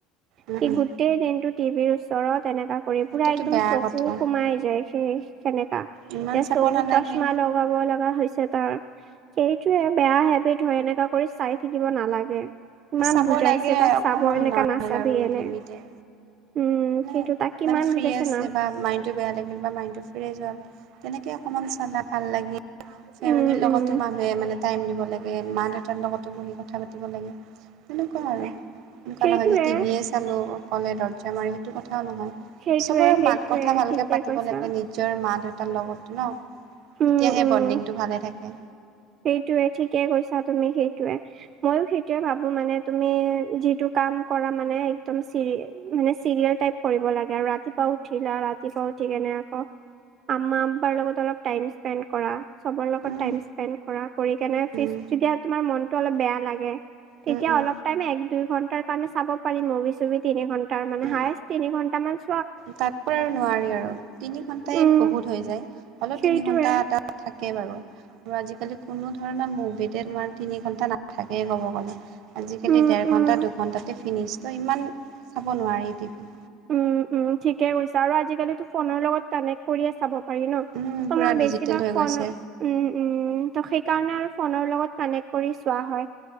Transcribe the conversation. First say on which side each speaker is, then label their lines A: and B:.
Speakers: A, on the right; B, on the right.
A: উম
B: সি
A: উম
B: গোটেই দিনটো টিভিৰ ওচৰত এনেকা কৰি
A: সেইটোতো
B: পুৰা একদম
A: বেয়া
B: চকু
A: কথা
B: সোমাই যায় সেই তেনেকা
A: ইমান
B: এতিয়া
A: চাব
B: চকুত
A: নালাগে
B: চশমা ল লগাব লগা হৈছে তাৰ, সেইটোয়ে বেয়া হেবিট ধৰ এনেকা। কৰি চাই থাকিব নালাগে ইমান
A: চাব
B: বুজাইছে
A: লাগে
B: তাক
A: অকণমান
B: চাব এনেকা
A: নৰ্মেল
B: নাচাবি
A: আৰু
B: এনে।
A: লিমিটেড
B: উম
A: মানে
B: সেইটো তাক কিমান
A: মানে ফ্ৰী
B: বুজাইছে
A: আছে
B: না।
A: বা মাইণ্ডটো বেয়া লাগিল বা মাইণ্ডটো ফ্ৰেছ হল তেনেকে অকণমান চালা ভাল লাগিল। ফেমিলিৰ
B: উম
A: লগতো
B: উম
A: মানুহে মানে টাইম দিব লাগে মা দেউতাৰ লগতো বহি কথা পাতিব লাগে, তেনেকুৱা আৰু। এনেকুৱা
B: সেইটোৱে
A: নহয় যে টিভিয়ে চালোঁ অকলে দৰ্জা মাৰি সেইটো কথাও নহয়।
B: সেইটোৱে
A: চবৰে
B: সেইটোৱে
A: মাত কথা ভালকে
B: ঠিকে
A: পাতিব
B: কৈছা
A: লাগে নিজ নিজৰ মা দেউতাৰ লগত ন'
B: উম
A: তেতিয়াহে
B: উম
A: বণ্ডিংটো ভালে থাকে।
B: সেইটোৱে ঠিকে কৈছা তুমি সেইটোৱে। ময়ো সেইটোয়ে ভাবোঁ মানে তুমি, যিটো কাম কৰা মানে একদম চিৰি মানে চিৰিয়েল টাইপ কৰিব লাগে, আৰু ৰাতিপুৱা উঠিলা ৰাতিপুৱা উঠি কেনে আকৌ আম্মা আবাৰ লগত অলপ টাইম স্পেণ্ড কৰা, চবৰ লগত
A: উম
B: টাইম স্পেণ্ট স্পেণ্ড কৰা কৰি কেনে
A: উম
B: ফিচ যেতিয়া তোমাৰ মনটো অলপ বেয়া লাগে, তেতিয়া
A: উম উম
B: অলপ এক দুই ঘন্টাৰ কাৰণে চাব পাৰি মুভি- চুভি তিনি ঘন্টাৰ মানে
A: উম
B: হায়েষ্ট তিনি ঘণ্টা মান
A: তাতকৈ আৰু নোৱাৰি আৰু তিনি ঘণ্টাই
B: উম
A: বহুত হৈ যায়, অলপ
B: সেইটোৱে
A: তিনি ঘন্টা এটা থাকে বাৰু। আজিকালি কোনো ধৰণৰ মুভিতে তোমাৰ তিনি ঘন্টা নাথাকেই ক'ব গ'লে। আজিকালি
B: উম
A: ডেৰ
B: উম
A: ঘণ্টা দুঘণ্টাতে ফিনিছ ত' ইমান চাব নোৱাৰি টিভি।
B: উম, উম, ঠিকে কৈছা আৰু আজিকালিতো ফোনৰ লগত কানেক্ট কৰিয়ে চাব পাৰি ন
A: উম,
B: ত'
A: পুৰা
B: মই বেছিভাগ
A: ডিজিটেল হৈ
B: ফোন
A: গৈছে।
B: উম, উম, ত' সেইকাৰণে আৰু ফোনৰ লগত কানেক্ট কৰি চোৱা হয়,